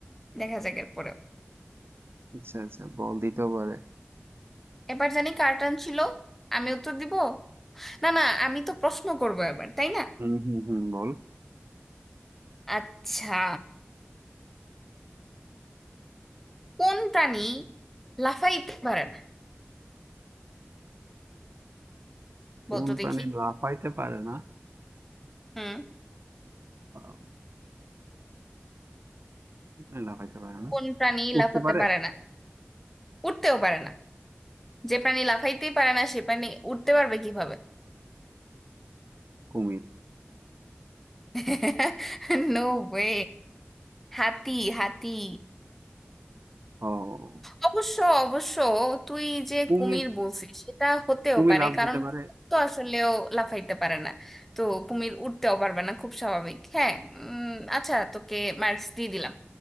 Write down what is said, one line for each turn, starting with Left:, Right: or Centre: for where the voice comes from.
Centre: দেখা যাক এরপরে
Right: আচ্ছা আচ্ছা বল দিতেও পারে
Centre: এবার জানি কার টার্ন ছিল আমি উত্তর দিব না না আমি তো প্রশ্ন করবো এবার তাই না
Right: হুম হুম হুম বল
Centre: আচ্ছা কোন প্রাণী লাফাইতে পারে না
Right: কোন
Centre: বলতো
Right: প্রাণী
Centre: দেখি
Right: লাফাইতে পারে না
Centre: হুম
Right: আহ, কোন প্রাণী লাফাইতে পারে না
Centre: কোন প্রাণী
Right: উঠতে
Centre: লাফাতে
Right: পারে
Centre: পারে না উঠতেও পারে না যে প্রাণী লাফাইতেই পারে না সে প্রাণী উঠতে পারবে কিভাবে
Right: কুমির
Centre: <laughs> No way হাতি হাতি
Right: ও
Centre: অবশ্য অবশ্য তুই যে
Right: কুমির
Centre: কুমির বলছিস সেটা হতেও
Right: কুমির
Centre: পারে
Right: লাফ
Centre: কারণ
Right: দিতে পারে
Centre: কুমির তো আসলেও লাফাইতে পারে না তো কুমির উঠতেও পারবে না খুব স্বাভাবিক হ্যাঁ উম, আচ্ছা তোকে মার্কস দিয়ে দিলাম